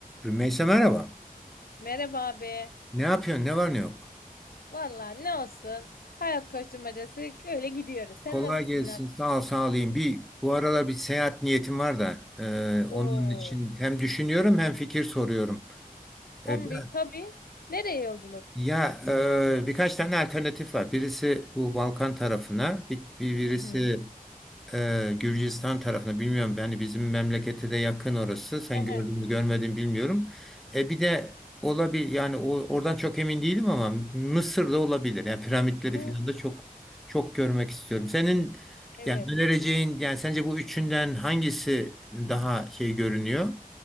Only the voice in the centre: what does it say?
Rümeysa merhaba.
Ne yapıyorsun? Ne var ne yok?
Kolay
gelsin.
Sağ ol, sağ olayım. Bir bu aralar bir seyahat niyetim var da e, onun
için hem düşünüyorum hem fikir soruyorum.
E, biraz
ya e, birkaç tane alternatif var. Birisi bu Balkan tarafına, bir, bir- birisi
Ee, Gürcistan tarafına bilmiyorum. Yani bizim memlekete de yakın orası. Sen
gördün mü görmedin bilmiyorum. E bir de olabilir yani o, oradan çok emin değilim ama Mısır'da olabilir. Yani piramitleri
falan da çok çok görmek istiyorum. Senin
yani önereceğin yani sence bu üçünden hangisi daha şey görünüyor?